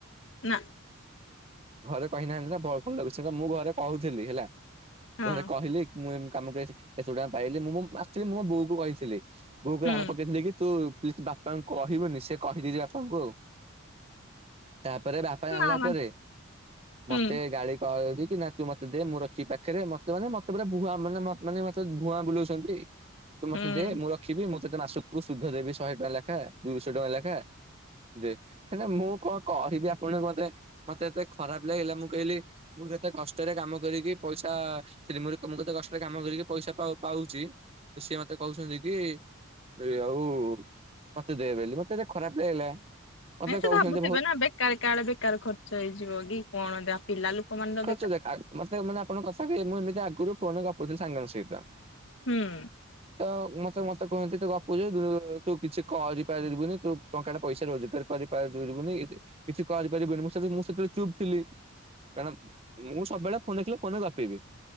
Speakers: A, on the left (about 65°); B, on the right (about 30°).
A: ନା
B: ଘରେ କହିନାହାଁନ୍ତି ନା <unintelligible> ମୁଁ ଘରେ କହୁଥିଲି ହେଲା।
A: ହଁ
B: ଘରେ କହିଲି ମୁଁ ଏମ କାମଠୁ ଆଇଚି ଏତେ ଟଙ୍କା ପାଇଲି ମୁଁ ମୋ ଆକଚୁଆଲି ମୁଁ ମୋ ବୋଉକୁ କହିଥିଲି, ବୋଉକୁ
A: ହୁଁ।
B: ରାଣ ପକେଇଥିଲି କି ତୁ ଥିଲି ତୁ ବାପାଙ୍କୁ କହିବୁନି ସେ କହିଦେଇଛି ବାପାଙ୍କୁ ଆଉ। ତାପରେ ବାପା ଜାଣିଲା
A: ମା ମାନେ
B: ପରେ ମତେ
A: ହୁଁ
B: ଗାଳି କରି ନା ତୁ ମତେ ଦେ ମୁଁ ରଖିବି ପାଖରେ ମତେ ମାନେ ମତେ ପୁରା ଭୁଆଁ ମାନେ ମାନେ ମତେ ଭୁଆଁ ବୁଲଉଛନ୍ତି। ତୁ ମତେ
A: ହୁଁ।
B: ଦେ ମୁଁ ରଖିବି ମୁଁ ତତେ ମାସକୁ ସୁଧ ଦେବି ଶହେ ଟଙ୍କା ଲେଖାଁ ଦୁଇଶହ ଟଙ୍କା ଲେଖାଁ ଦେ କାଇଁନା ମୁଁ କଣ କହିବି ଆପଣଙ୍କୁ ମତେ ମତେ ଏତେ ଖରାପ ଲାଗିଲା ମୁଁ କହିଲି ମୁଁ କେତେ କଷ୍ଟରେ କାମ କରିକି ପଇସା ସେ ମୁଁ କେତେ କଷ୍ଟରେ କାମ କରିକି ପଇସା ପାଉ ପାଉଚି ତ ସିଏ ମତେ କହୁଛନ୍ତି କି ଏ ଆଉ ମତେ ଦେ ବେଲି ମତେ ଏତ ଖରାପ ଲାଗିଲା ମତେ
A: ନାଇଁ ସେ
B: କହୁଛନ୍ତି
A: ଭାବୁଥିବେ
B: ବହୁତ
A: ନା ବେକାର କାଳେ ବେକାର ଖର୍ଚ୍ଚ ହେଇଯିବ କି କଣ ଦେ ପିଲା ଲୋକମାନେ ତ ବେକାର
B: ଦେଖ ମତେ ମାନେ ଆପଣଙ୍କ କଥା କହିବେ ମୁଁ ଏମିତି ଆଗରୁ ଫୋନରେ ଗପୁଥିଲି ସାଙ୍ଗଙ୍କ ସହିତ
A: ହୁଁ।
B: ତ ମତେ ମତେ କୁହନ୍ତି ତୁ ଗପୁଚୁ ତୁ ତୁ କିଛି କରିପାରିବୁନି ତୁ ଟଙ୍କାଟେ ପଇସା ରୋଜଗାର କରିି ପାରିବୁନି କିଛି କରି ପାରିବୁନି ମୁଁ ସେତେ ମୁଁ ସେତେବେଳେ ଚୁପ ଥିଲି। କାରଣ ମୁଁ ସବୁବେଳେ ଫୋନ ଦେଖିଲେ ଫୋନରେ ଗପିବି